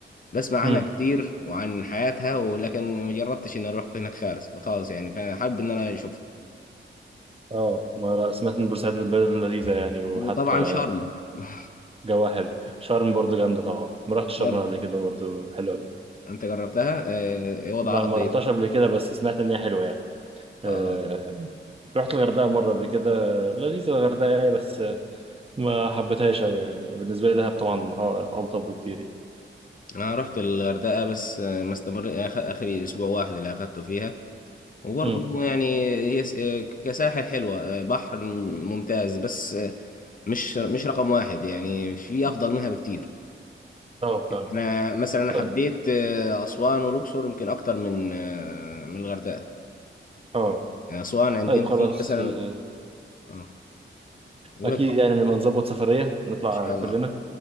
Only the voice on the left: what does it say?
بسمع عنها
كتير وعن حياتها ولكن ما جربتش اني اروح هناك خالص خالص يعني فانا حابب ان انا اشوفها
وطبعا شرم <laughs>
شرم
انت جربتها آه، ايه وضعها
طيب
اه
انا رحت الغردقه بس آه، ما استمر آخ- اخري اسبوع واحد اللي اخدته فيها وبرضه
يعني هي س- آه، كساحل حلوه آه، بحر ممتاز بس آه، مش مش رقم واحد يعني في افضل منها بكتير
انا مثلا انا
حبيت آه، اسوان والاقصر يمكن اكتر من آه، من الغردقه
أسوان عندنا
في مثلا
اه أقول
لك
إن شاء
الله